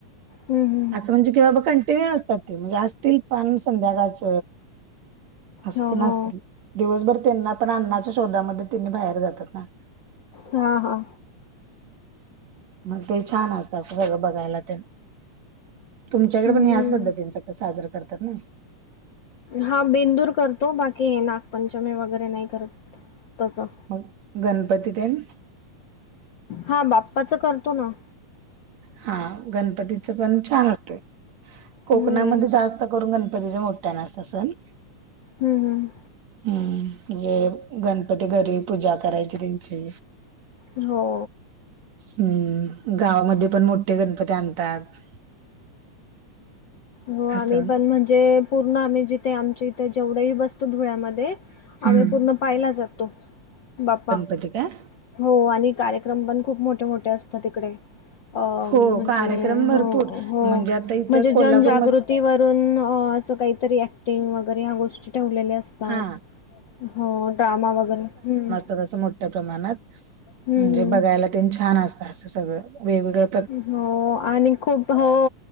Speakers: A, on the left; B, on the right.
A: हम्म हम्म
B: आसं म्हणजे कि बाबा कंटिन्यू नसतात. जासतील पान संध्याकाळच असं
A: हो
B: तेन
A: हो
B: असंतय. दिवसभर त्यांना पण आन्नाच्या शोधामध्ये त्यांनी बाहेर जातात ना.
A: हां हां
B: मग ते छान आसत सगळं बघायला तेन, तुमच्याकडे
A: हम्म
B: पण याच पद्धतीने सग, साजरा करतात ना?
A: हां बेंदूर करतो. बाकी हे नागपंचमी वगैरे नाही करत. तसं
B: मग गणपती तेन?
A: हां बाप्पाच करतो ना.
B: हा गणपतीच पण छान असते, कोकणामध्ये
A: हम्म
B: जास्त करून गणपतीचा मोठ्यान असतं सन.
A: हम्म हम्.
B: हम्म म्हणजे गणपती घरी पूजा करायची त्यांची.
A: हो.
B: हम्म गावामध्ये पण मोठे गणपती आनतात.
A: हो आम्ही
B: असं
A: पण म्हण जे पूर्ण आम्ही जिथे आमच्या इथे जेवढेही बसतो धुळ्यामध्ये आम्ही
B: हम्म
A: पूर्ण पाहिला जातो बप्पा.
B: होति का?
A: हो आणि कार्यक्रम पण खूप मोठे मोठे असतात ईकडे. अ
B: हो
A: म्हणजे
B: कार्यक्रम भरपूर
A: हो हो
B: म्हणजे आता इथं
A: म्हणजे
B: कोल्हापूरमध्ये
A: जनजागृ ती वरून अ असं काहीतरी ऍक्टिंग वगैरे ह्या गोष्टी टेवलेले असतात
B: हा
A: हो ड्रामा वगैरे हम.
B: तर असं मोठ्या प्रमाणात
A: हम्म
B: म्हणजे, बगायला तेन छान आसतं आसं सगळं वेगवेगळं.
A: हो आणि खूप हो.